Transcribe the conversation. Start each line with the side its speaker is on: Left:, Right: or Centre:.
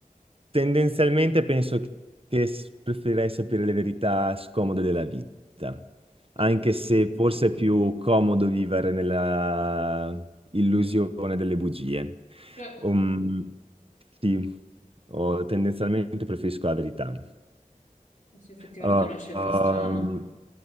Right: tendenzialmente penso che s- preferirei sapere le verità scomode della vita, anche
Left: Uh,
Right: se forse è più comodo vivere nella illusione delle bugie.
Left: cioè,
Right: Um, sì, oh, tendenzialmente preferisco la verità.
Left: adesso effettivamente
Right: Uh,
Left: è una scelta
Right: um,
Left: strana.